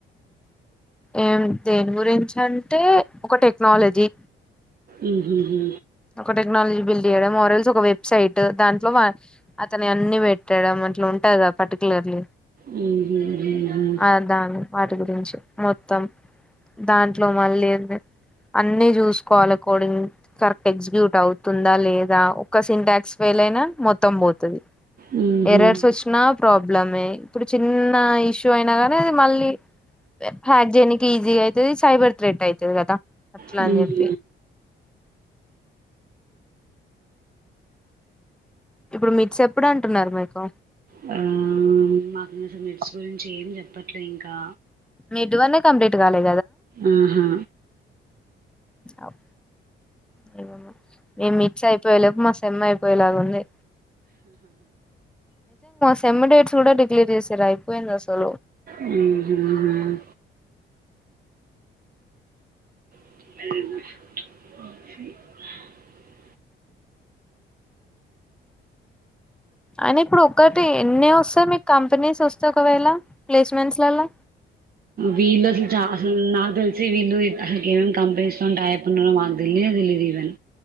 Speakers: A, in the centre; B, on the right (about 50°).
A: ఏం దేని గురించి అంటే ఒక టెక్నాలజీ
B: ఊ హూ హూ
A: ఒక టెక్నాలజీ బిల్డ్ చేయడం ఆర్ ఎల్స్ ఒక వెబ్సైట్ దాంట్లో వ అతని అన్నీ పెట్టడం అట్లుంటదా పర్టికులర్లీ
B: మ్మ్ హ్మ్ హ్మ్ హ్మ్.
A: ఆదాన్ వర్ రెండు తెలుసు మొత్తం దాంట్లో మళ్ళేంది అన్నీ చూసుకోవాలె కోడింగ్ కర్ ఎగ్జిగ్యూటౌ తుందా లేదా ఒక సింటాక్స్ ఫెయిలైనా మొత్తం బోతది
B: మ్మ్ హ్మ్
A: ఎర్రర్స్ వచ్చినా ప్రాబ్ బ్లమే ఇప్పుడు చిన్న ఇష్యూ అయినా కానీ అది మళ్ళీ హ్యాక్ జేయినికి ఈజీ అయితది సైబర్ థ్రెట్ అయితది కదా అట్లా
B: హుమ్
A: అని చెప్పి ఇప్పుడు మిడ్స్ ఎప్పుడు అంటున్నారు మీకు
B: హ్మ్ మాకు <unintelligible> మిడ్స్ గురించి ఏం చెప్పట్లే ఇంకా
A: మిడ్ వన్ ఏ కంప్లీట్ గాలే
B: ఊహూ
A: అప్ నిజమే ఈ మిడ్స్ అయిపోయే లోపు మా సెమ్ అయిపోయేలాగుంది సేన్ డేట్స్ గుడా డిక్ క్లియర్ జేసర్ అయిపోయింద్ అసలు
B: మ్మ్ హ్మ్ హ్మ్. <unintelligible>
A: అని ఇప్పుడు ఒక్కటి ఎన్ని ఓస్తాయి మీక్ కంపెనీస్ ఓస్తే ఒకవేళ ప్లేస్మెంట్స్లల
B: వీళ్ళు అసలు చ అసలు నాకు తెలిసి వీళ్ళు ఎట్ ఏమ కంపెనీస్ తంటా అప్న్నరో మాకు తెలీదు ఈవెన్